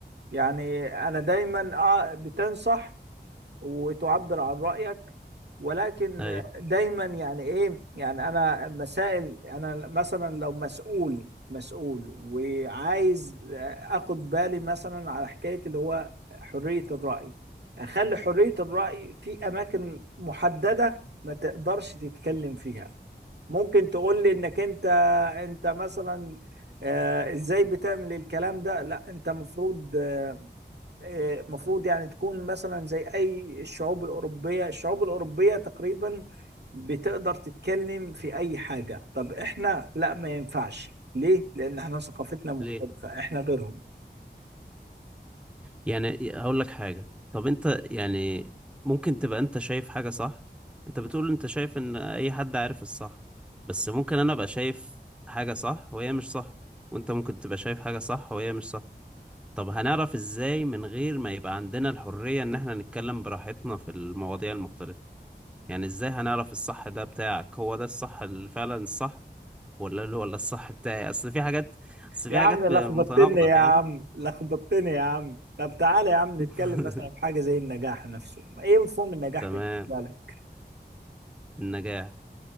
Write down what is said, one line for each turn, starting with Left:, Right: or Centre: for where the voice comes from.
Right: يعني انا دايما اه بتنصح وتعبر عن رأيك ولكن
Centre: أيوه
Right: دايما يعني ايه يعني انا مسائل انا مثلا لو مسؤول مسؤول وعايز اخد بالي مثلا على حكاية اللي هو حرية الرأي اخلي حرية الرأي في اماكن محددة ما تقدرش تتكلم فيها ممكن تقول لي انك انت انت مثلا آه، ازاي بتعمل الكلام ده لا انت مفروض المفروض يعني تكون مثلا زي اي الشعوب الاوروبيه الشعوب الاوروبيه تقريبا بتقدر تتكلم في اي حاجه طب احنا لا ما ينفعش ليه لان احنا ثقافتنا مختلفه
Centre: ليه
Right: احنا غيرهم
Centre: يعني هقول لك حاجة طب انت يعني ممكن تبقى انت شايف حاجة صح انت بتقول انت شايف ان اي حد عارف الصح بس ممكن انا ابقى شايف حاجة صح وهي مش صح وانت ممكن تبقى شايف حاجة صح وهي مش صح طب هنعرف ازاي من غير ما يبقى عندنا الحرية ان احنا نتكلم براحتنا في المواضيع المختلفة يعني ازاي هنعرف الصح ده بتاعك هو ده الصح اللي فعلا الصح ولا اللي ولا الصح بتاعي اصل في حاجات اصل
Right: يا
Centre: في
Right: عم
Centre: حاجات
Right: لخبطتني
Centre: متناقضة
Right: يا
Centre: فاهم
Right: عم لخبطتني يا عم طب تعالى يا عم
Centre: <laughs>
Right: نتكلم مثلا في حاجه زي النجاح نفسه ايه مفهوم النجاح
Centre: تمام
Right: بالنسبه لك
Centre: النجاح